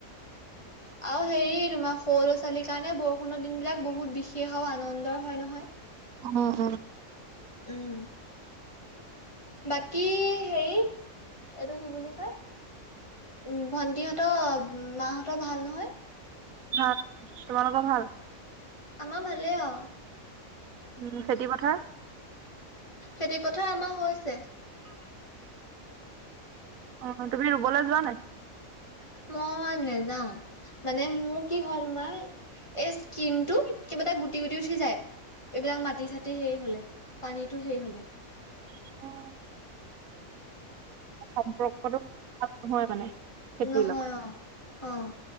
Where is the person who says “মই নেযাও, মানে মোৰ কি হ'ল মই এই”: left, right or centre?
Left